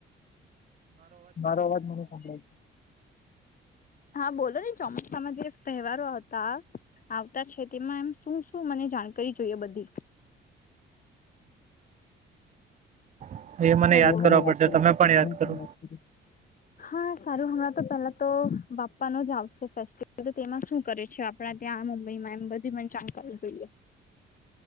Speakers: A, on the left; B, on the right.
A: મારો અવાજ મને સંભળાય છે. હા બોલો ને ચોમાસામાં જે તહેવારો હતા. આવતા છે તેમાં એમ શું શું મને જાણકારી જોઈએ બધી.
B: છે એ મને
A: હાલો.
B: યાદ કરવા પડશે તમે
A: <unintelligible>
B: પણ યાદ કરો
A: હા સારું હમણાં તો પેલા તો બાપ્પા નો જ આવશે. ફસ્ટલ તેમાં શું કરે છે આપણા ત્યાં મુંબઈમાં એમ બધી ચણ કરવી જોઈએ.